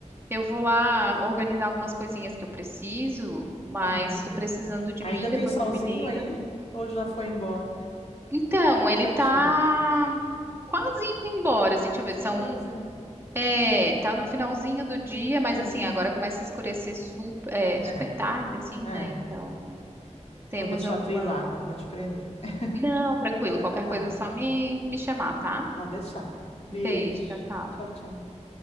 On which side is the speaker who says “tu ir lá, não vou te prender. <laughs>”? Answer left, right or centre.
Left